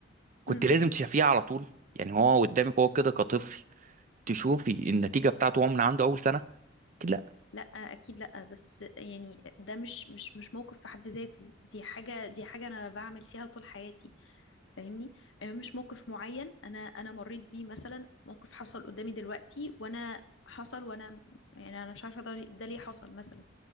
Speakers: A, on the right (about 40°); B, on the left (about 65°).
A: كنت
B: مم.
A: لازم تشوفيها على طول يعني هو قدامك هو كده كطفل تشوفي النتيجه بتاعته هو من عنده اول سنه اكيد لا
B: لا اكيد لا بس يعني ده مش مش مش موقف في حد ذاته دي حاجه دي حاجه انا بعمل فيها طول حياتي فاهمني يعني مش موقف معين انا انا مريت بيه مثلا موقف حصل قدامي دلوقتي وانا حصل وانا يعني انا مش عارفه ده ده ليه حصل مثلا